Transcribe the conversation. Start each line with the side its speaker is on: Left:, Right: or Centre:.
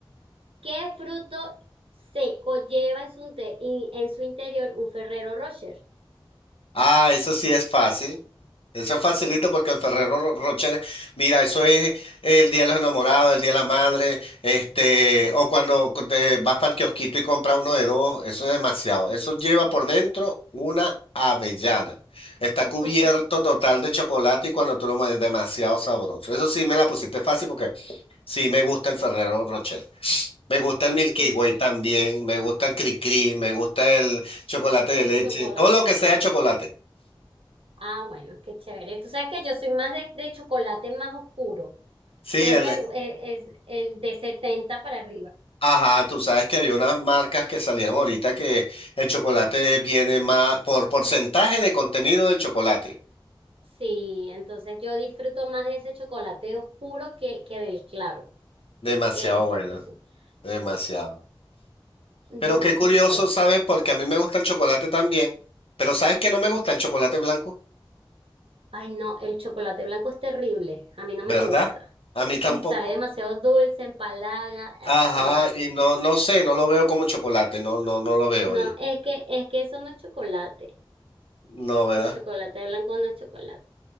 Right: ¿Qué fruto seco lleva en su, inte- in- en su interior un Ferrero Rocher?
Left: Ah, eso sí es fácil. Eso es facilito porque el Ferrero Ro- Rocher, mira, eso es el Día de los Enamorados, el Día de la Madre, este, o cuando co- te vas para el kiosquito y compras uno de dos, eso es demasiado. Eso lleva por dentro una avellana.
Right: <laughs>
Left: Está cubierto total de chocolate y cuando tú lo mueves es demasiado sabroso. Eso sí me la pusiste fácil porque sí me gusta el Ferrero Rocher. Me gusta el Milky
Right: Sí,
Left: Way
Right: ya.
Left: también, me gusta el Cri Cri, me gusta el chocolate
Right: El
Left: de leche,
Right: chocolate.
Left: todo lo que sea chocolate.
Right: Ah, bueno, qué chévere. Tú sabes que yo soy más de, de chocolate más oscuro.
Left: Sí,
Right: Entonces
Left: el,
Right: me, gu- eh, es el de 70 para arriba.
Left: ajá, tú sabes que había unas marcas que salieron ahorita que el chocolate viene más por porcentaje de contenido del chocolate.
Right: Sí, entonces yo disfruto más de ese chocolate oscuro que, que del claro,
Left: Demasiado
Right: que de estos
Left: bueno,
Right: que son.
Left: demasiado.
Right: Sí. Ujú,
Left: Pero qué curioso,
Right: Bueno.
Left: ¿sabes? Porque a mí me gusta el chocolate también, pero ¿sabes que no me gusta el chocolate blanco?
Right: Ay, no, el chocolate blanco es terrible. A mí no me
Left: ¿Verdad?
Right: gusta.
Left: A mí tampoco.
Right: Y sabe demasiado dulce, empalaga. Ah,
Left: Ajá,
Right: no, no. No,
Left: y no, no sé, no lo veo como chocolate, no, no, no lo veo.
Right: No,
Left: Y,
Right: es que, es que eso no es chocolate.
Left: no, ¿verdad?
Right: El chocolate blanco no es chocolate.